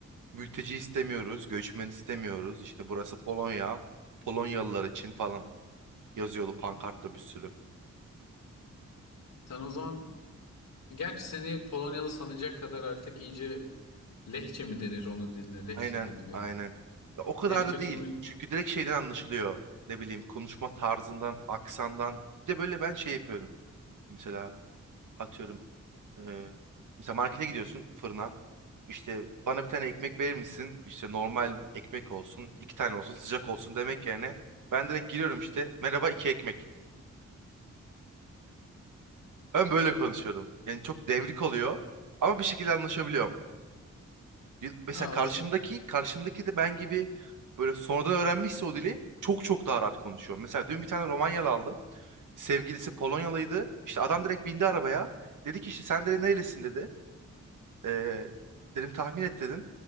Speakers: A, on the right (about 75°); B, on the left (about 85°).
A: Mülteci istemiyoruz. Göçmen istemiyoruz. İşte burası Polonya. Polonyalılar için falan yazıyordu pankartta bir sürü.
B: Sen o zaman gerçi seni Polonyalı sanacak kadar artık iyice lehçe mi denir onun diline? Lehçe
A: Aynen,
B: deniliyor.
A: aynen. Ya o kadar
B: Lehçe
A: da değil.
B: konuş.
A: Çünkü direkt şeyden anlaşılıyor. Ne bileyim konuşma tarzından, aksandan. Bir de böyle ben şey yapıyorum. Mesela atıyorum. e, mesela markete gidiyorsun fırına. İşte bana bir tane ekmek verir misin? İşte normal ekmek olsun, iki tane olsun, sıcak olsun demek yerine ben direkt giriyorum işte. Merhaba iki ekmek. Ben böyle konuşuyorum. Yani çok devrik oluyor ama bir şekilde anlaşabiliyorum. Ya- Mesela
B: Ha
A: karşımdaki,
B: olsun.
A: karşımdaki de ben gibi böyle sonradan öğrenmişse o dili çok çok daha rahat konuşuyor. Mesela dün bir tane Romanyalı aldım. Sevgilisi Polonyalıydı. İşte adam direkt bindi arabaya. Dedi ki işte sen de nerelisin dedi. Ee, dedim tahmin et dedim.